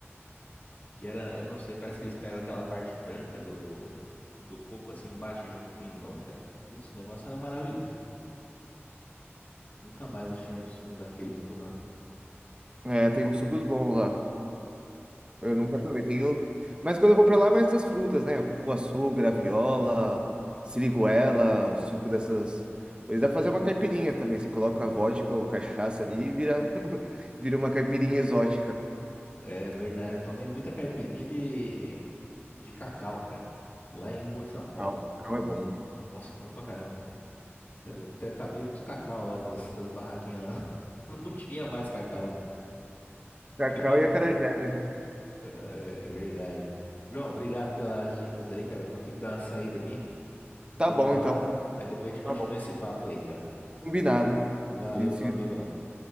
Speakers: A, on the left (about 45°); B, on the right (about 25°).
A: que era, eu não sei, parece que eles pegam aquela parte branca do, do coco assim, e bate junto com o limão, cara. Putz, o negócio era maravilhoso, cara. Nunca mais achei um suco daquele pra tomar.
B: É, tem uns sucos bons lá. Eu nunca provei. Tenho... Mas quando eu vou pra lá, é mais as frutas, né? Cupuaçu, graviola, siriguela, o suco dessas coisas. Dá pra fazer uma caipirinha também. Você coloca a vodka ou cachaça ali e vira, <laughs> vira uma caipirinha exótica.
A: É verdade, eu tomei muita caipirinha de, de cacau, cara. Lá em Boa de São Paulo.
B: Ah, o cacau é bom.
A: Nossa, bom pra caramba. Você é louco. Até acabei com os cacau lá das, das barraquinhas lá. <laughs> Não tinha mais cacau.
B: Cacau
A: Mas, João,
B: e acarajé, né?
A: é verdade. João, obrigado pelas dicas aí, cara. Vou ter que dar uma saída aqui. Deu
B: Tá bom,
A: minha
B: então.
A: hora. Mas depois a gente
B: Tá
A: continua
B: bom.
A: esse papo aí, cara.
B: Combinado.
A: Valeu,
B: A gente
A: meu
B: se...
A: amigo.